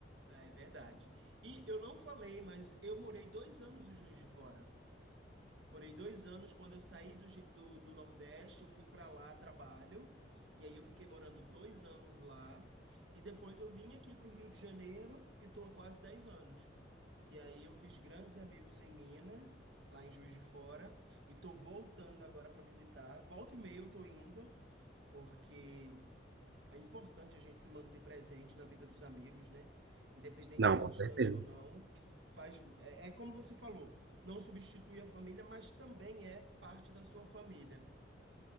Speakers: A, on the right; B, on the right.
A: Ah, É verdade. E eu não falei, mas eu morei dois anos em Juiz de Fora. Morei dois anos quando eu saí do, Ge- do, do Nordeste, eu fui para lá a trabalho. E aí eu fiquei morando dois anos lá. E depois eu vim aqui para o Rio de Janeiro e estou há quase dez anos. E aí eu fiz grandes amigos em Minas, lá em Juiz de Fora. E tô voltando agora para visitar. Volta e meia eu tô indo. porque é importante a gente se manter presente na vida dos amigos, né? Independente
B: Não,
A: da
B: com
A: distância
B: certeza.
A: ou não, faz é, é como você falou, não substitui a família, mas também é parte da sua família.